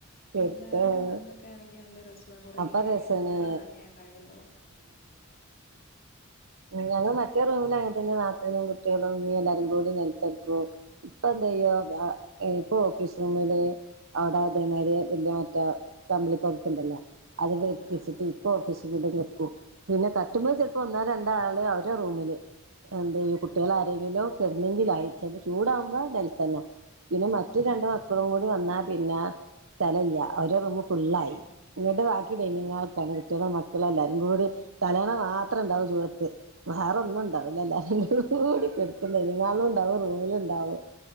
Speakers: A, on the right; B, on the left.
A: കെടക്കും
B: വിരുന്നാരോടി വന്നക്കാണെങ്കി നല്ല രസം കൊറ കൊറേ
A: അപ്പൊ രസാണ്
B: കഥകൾ പറിയാനണ്ടാവല്ലോ
A: ഞങ്ങളും മറ്റേ റൂമില് അങ്ങനെ തന്നെ നാത്തൂനും കുട്ടികളും ഉമ്മി എല്ലാരും കൂടി നെലത്തെടുക്കും. <unintelligible>
B: ആഹ്
A: ഇപ്പ ഓഫീസ് റൂമില് അവിടെ അതേമാരി വലിയ മറ്റ കമ്പിളി പൊതപ്പുണ്ടല്ലോ അത് വിരിപ്പിച്ചിട്ട്
B: ആഹ് ആഹ്
A: ഇപ്പ ഓഫീസിലും. <unintelligible> പിന്നെ കട്ടുമ്മേ
B: ആഹ്
A: ചിലപ്പോ
B: ആഹ്
A: ഒന്നാ രണ്ട നിങ്ങള് അവരെ ഒറ
B: ആഹ് ആഹ്
A: കെടുന്നെങ്കിലായി ആയി ചെലപ്പോ ചൂടാകുമ്പോ നിലത്തന്ന പിന്നെ
B: ആഹ്
A: മറ്റു രണ്ടും മക്കളും കൂടി വന്നാ പിന്ന സ്ഥലല്ല ഒരു റൂമ് ഫുള്ളായി
B: ആഹ് ആഹ്
A: <unintelligible> ഇത് കയിഞ്ഞ് <unintelligible> മക്കളെല്ലാരും കൂടി തലണ മാത്രണ്ടാവും വേറൊന്നുംണ്ടാവില്ല എല്ലാരും കൂടികെടക്കുന്ന <unintelligible> റൂമിലുണ്ടാവും